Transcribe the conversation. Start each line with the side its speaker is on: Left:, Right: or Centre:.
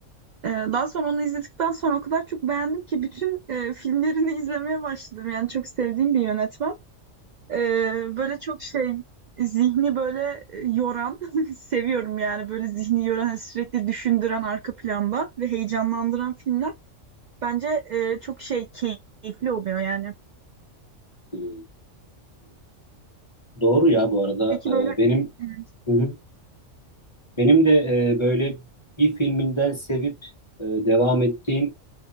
Right: E, daha sonra onu izledikten sonra o kadar çok beğendim ki bütün e, filmlerini izlemeye başladım yani çok sevdiğim bir yönetmen. Ee, böyle çok şey zihni böyle e, yoran <laughs> seviyorum yani böyle zihni yoran hani sürekli düşündüren arka planda ve heyecanlandıran filmler bence e, çok şey keyifli oluyor yani.
Left: <laughs> Doğru ya bu arada.
Right: Peki
Left: E,
Right: böyle
Left: benim
Right: <laughs> evet.
Left: Hı hı. benim de e, böyle bir filminden sevip e, devam ettiğim